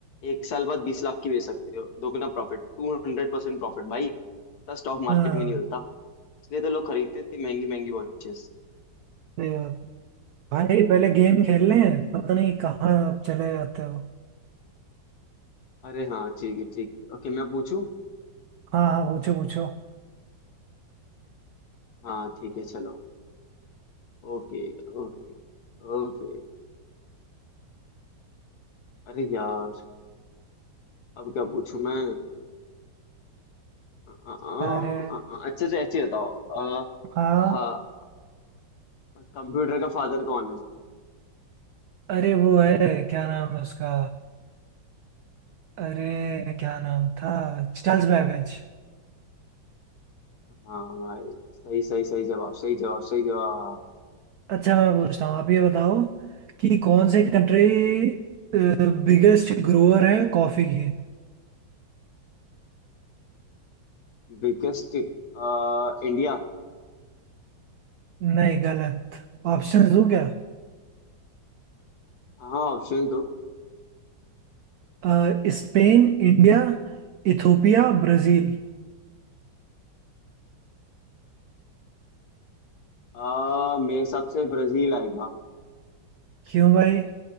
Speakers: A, on the left; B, on the right.
A: एक साल बाद बीस लाख की बेच सकते हो दोगुना प्रॉफिट टू हंड्रेड परसेंट प्रॉफिट भाई इतना स्टॉक
B: हाँ
A: मार्केट में नहीं मिलता इसलिए तो लोग खरीदते हैं इतनी महंगी महंगी वॉचेस
B: सही बात है। भाई पहले गेम खेल लें पता नहीं कहाँ चले जाते हो
A: अरे हाँ ठीक है ठीक है ओके मैं पूछूं
B: हाँ हाँ पूछो पूछो
A: हाँ ठीक है चलो Okay okay okay अरे यार अब क्या पूछूं मैं अ, अ,
B: अरे
A: अ, अच्छा अच्छा ऐसे बताओ अ,
B: हाँ
A: हाँ कंप्यूटर का फादर कौन है
B: अरे वो है क्या नाम है उसका अरे क्या नाम था Charles Babbage
A: हाँ भाई सही सही सही जवाब सही जवाब सही जवाब
B: अच्छा मैं पूछता हूँ आप ये बताओ कि कौन सी कंट्री बिगेस्ट ग्रोअर है कॉफी की
A: Biggest India
B: नहीं गलत ऑप्शंस दूं क्या
A: हाँ ऑप्शन दो
B: अ, स्पेन इंडिया इथोपिया ब्राजील
A: अ, मेरे हिसाब से ब्राजील आएगा
B: क्यों भाई